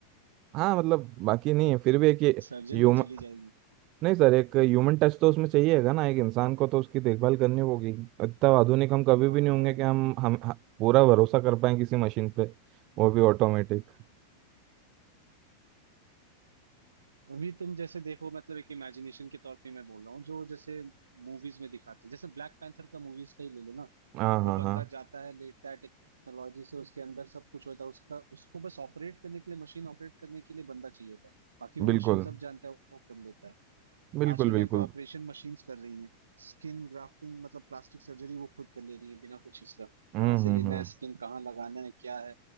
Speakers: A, on the right (about 40°); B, on the right (about 70°).
A: हाँ मतलब बाकी नहीं है फिर भी
B: <laughs>
A: एक ये
B: सर्जन
A: ह्यूमन
B: की चली जाएगी
A: नहीं सर एक ह्यूमन टच तो उसमें चाहिएगा ना एक इंसान को तो उसकी देखभाल करनी होगी इतना आधुनिक हम कभी
B: हाँ
A: भी नहीं होंगे कि हम हम ह- पूरा भरोसा कर पाए किसी मशीन पे वो भी ऑटोमेटिक
B: अभी तुम जैसे देखो मतलब एक इमेजिनेशन के तौर पे मैं बोल रहा हूँ जो जैसे मूवीज में दिखाते हैं जैसे ब्लैक पैंथर का मूवीज का ही ले लो ना
A: हाँ
B: वो
A: हाँ
B: बंदा
A: हाँ
B: जाता है लेटता है टेक्नोलॉजी से उसके अंदर सब कुछ होता है उसका उसको बस ऑपरेट करने के लिए मशीन ऑपरेट करने के लिए बंदा चाहिए था बाकी वो
A: बिल्कुल
B: मशीन सब जानता है वो कर लेता है
A: बिल्कुल
B: आज के टाइम
A: बिल्कुल
B: पे ऑपरेशन मशीन्स कर रही हैं स्किन ग्राफ्टिंग मतलब प्लास्टिक सर्जरी वो खुद कर ले रही है बिना कुछ इसका
A: हम्म
B: कहाँ से
A: हम्म
B: लेना
A: हम्म
B: है स्किन कहाँ लगाना है क्या है